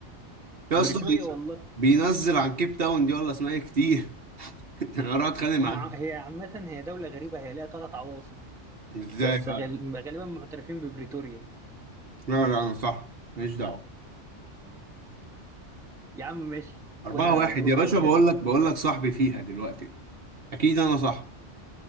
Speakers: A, on the right (about 50°); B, in the centre.
A: يا
B: بريتوريا
A: اسطى بي-
B: والله
A: بينزل عن كيب تاون دي ولا اسمها ايه كتير <laughs> انا راح اتخانق
B: هم
A: معاه
B: ع... هي عامة هي دولة غريبة هي ليها ثلاث عواصم
A: ازاي
B: بس
A: بقى
B: غال... غالبا معترفين ببريتوريا
A: لا لا انا صح ماليش دعوة
B: يا عم ماشي خدها
A: أربعة واحد
B: استر
A: يا باشا
B: بيها
A: بقول
B: نفسك.
A: لك بقول لك صاحبي فيها دلوقتي أكيد أنا صح